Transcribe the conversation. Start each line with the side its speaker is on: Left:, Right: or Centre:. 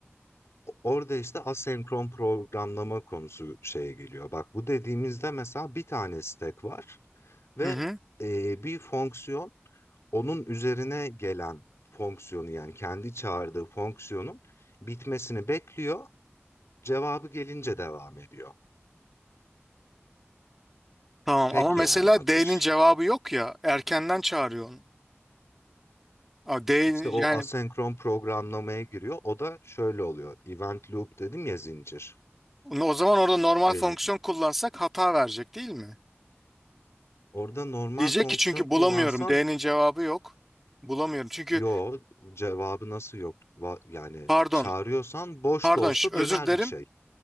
Left: orada işte asenkron programlama konusu şeye geliyor. Bak bu dediğimizde mesela bir tane stack var ve
Centre: Hı hı.
Left: e, bir fonksiyon onun üzerine gelen fonksiyonu yani kendi çağırdığı fonksiyonun bitmesini bekliyor. Cevabı gelince devam ediyor.
Centre: Tamam
Left: Tek
Centre: ama mesela
Left: yani akış.
Centre: D'nin cevabı yok ya erkenden çağırıyor onu. A, D
Left: İşte o
Centre: yani
Left: asenkron programlamaya giriyor. O da şöyle oluyor. Event loop dedim ya zincir.
Centre: O zaman orada normal
Left: Ee,
Centre: fonksiyon kullansak hata verecek değil mi?
Left: orada normal
Centre: Diyecek
Left: fonksiyon
Centre: ki çünkü
Left: kullansan
Centre: bulamıyorum. D'nin cevabı yok. Bulamıyorum. Çünkü
Left: yo cevabı nasıl yok? Va- yani
Centre: pardon,
Left: çağırıyorsan boş
Centre: pardon
Left: da olsa
Centre: ş-
Left: döner
Centre: özür dilerim.
Left: bir şey.